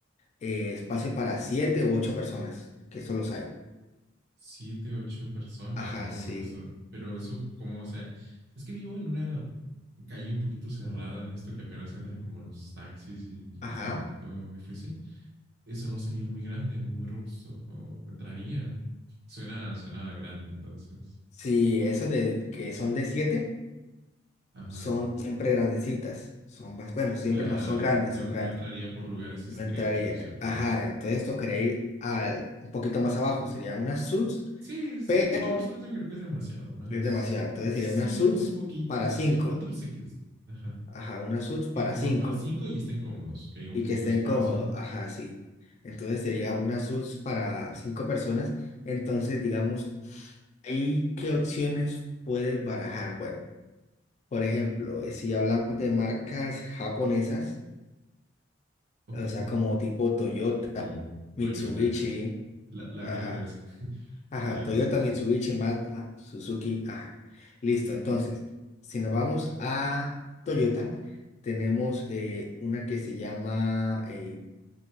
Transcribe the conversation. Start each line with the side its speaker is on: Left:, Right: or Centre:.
Left: eh, espacio para siete u ocho personas, que eso los hay.
Right: Siete, ocho personas,
Left: Ajá,
Right: wow,
Left: sí.
Right: no sé, pero eso como, o sea, es que vivo en una calle un poquito cerrada en esto que apenas entran como los taxis y, y
Left: Ajá.
Right: está un poquito difícil. Eso no sería muy grande, no muy robusto, o entraría. Suena, suena grande, entonces.
Left: Sí, esas de que son de siete
Right: Ajá,
Left: son siempre grandecitas. Son más, bueno, siempre
Right: claro,
Left: no, son grandes,
Right: no,
Left: son
Right: no
Left: grandes.
Right: entraría por lugares
Left: No
Right: estrechos,
Left: entraría.
Right: yo creo.
Left: Ajá, entonces tocaría ir al, un poquito más abajo. Sería una subs,
Right: Sí, siete,
Left: pero
Right: ocho personas yo creo que es demasiado, unas
Left: es demasiado. Entonces
Right: cinco
Left: sería una subs
Right: un poquito,
Left: para cinco.
Right: que en cuatro se... Ajá.
Left: Ajá, una suits para
Right: que como
Left: cinco
Right: para cinco y estén cómodos, que haya un
Left: y
Right: poquito
Left: que estén
Right: de espacio.
Left: cómodos. Ajá, sí. Entonces sería una suits para cinco personas. Entonces, digamos, ¿ahí qué opciones puedes barajar? Bueno, por ejemplo, eh, si hablamos de marcas japonesas,
Right: Ok,
Left: o sea, como tipo Toyota,
Right: como
Left: Mitsubishi,
Right: Toyota, <laughs> la, la
Left: ajá,
Right: única que me sé. <laughs>
Left: ajá,
Right: Toyota.
Left: Toyota, Mitsubishi, Mazda, Suzuki, ajá. Listo, entonces, si nos vamos a Toyota, tenemos eh, una que se llama eh,